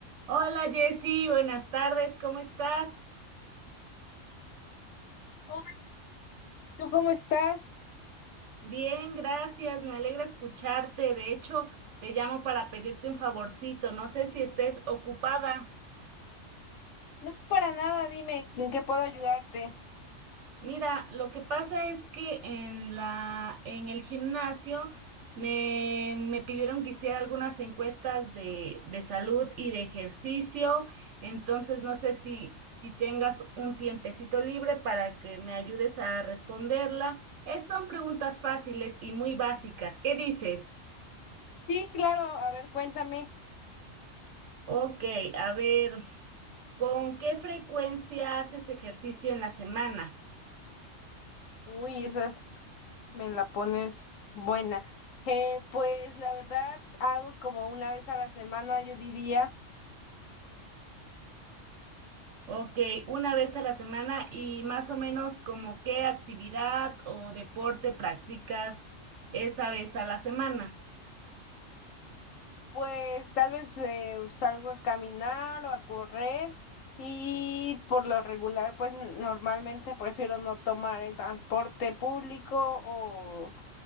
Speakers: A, on the right (about 70°); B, on the left (about 80°).
A: Hola Jessy, buenas tardes, ¿cómo estás?
B: Hola, ¿tú cómo estás?
A: Bien, gracias, me alegra escucharte. De hecho, te llamo para pedirte un favorcito, no sé si estés ocupada.
B: No, para nada, dime en qué puedo ayudarte.
A: Mira, lo que pasa es que en la, en el gimnasio me, me pidieron que hiciera algunas encuestas de, de salud y de ejercicio, entonces no sé si, si tengas un tiempecito libre para que me ayudes a responderla. Es- son preguntas fáciles y muy básicas. ¿Qué dices?
B: Sí, claro, a ver, cuéntame.
A: Ok, a ver, ¿con qué frecuencia haces ejercicio en la semana?
B: Uy, esas me la pones buena. Eh, pues la verdad, hago como una vez a la semana, yo diría,
A: Ok, una vez a la semana y más o menos como qué actividad o deporte practicas esa vez a la semana.
B: pues tal vez eh, salgo a caminar o a correr y por lo regular, pues n- normalmente prefiero no tomar el transporte público o,